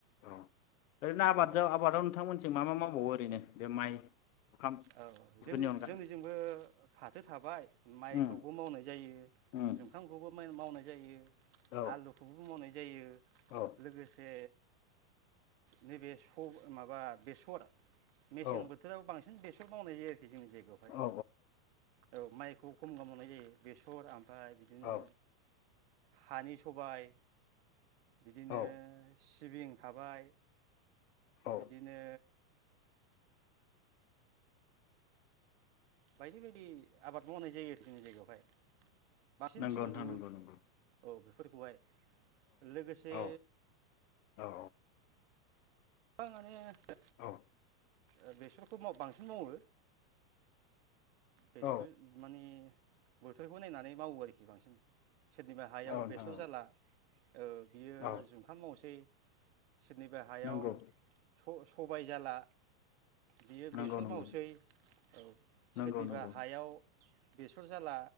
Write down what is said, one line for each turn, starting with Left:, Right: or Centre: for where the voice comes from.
Left: औ ओरैनो आबादजाव
Right: औ
Left: आबादाव नोंथांमोनथिं मा मा मावो? औ ओरैनो बे माइ जुखाम
Right: औ
Left: बेफोरनि
Right: जोंनि
Left: अनगा
Right: जोंनिजोंबो फा थो थाबाय माइखौबो
Left: उम
Right: मावनाय जायो जुखामखौबो
Left: उम
Right: माइन मावनाय जायो
Left: औ
Right: आलुखौबो मावनाय जायो
Left: औ
Right: लोगोसे नैबे स माबा बेसर मेसें
Left: औ
Right: बोथोराव बांसिन बेस र मावनाय जायो जोंनि जायगायावहाय
Left: औ
Right: औ माइखौ खम गामावनाय बे-बेसर आम फाय बिदिनो
Left: औ
Right: हानि सबाय बिदिनो
Left: औ
Right: सिब बिं थाबाय
Left: औ
Right: बिदिनो बायदि बायदि आबाद मावनाय जायो आरो जोंनि जायगायावहाय। बांसिन
Left: नोंगौ
Right: सोलु
Left: नोंथां नोंगौ नोंगौ।
Right: औ बेफोरखौहाय लोगोसे
Left: औ औ
Right: <unintelligible>
Left: औ।
Right: ओ बेसरखौ माव बांसिन मावो। बेसोरबो
Left: औ
Right: माने बोथोरखौ नायनानै मावो आरोखि बांसिन। सोरनिबा हायाव
Left: नोंथां
Right: बेसर जाला ओ बियो
Left: औ औ
Right: जुखाम मावसै। सोरनिबा हायाव
Left: नंगौ
Right: अ सबाय जाला बियो
Left: नंगौ
Right: बेसर
Left: नंगौ
Right: मावसै औ
Left: नंगौ
Right: सोरनिबा
Left: नंगौ
Right: हायाव बेसर जाला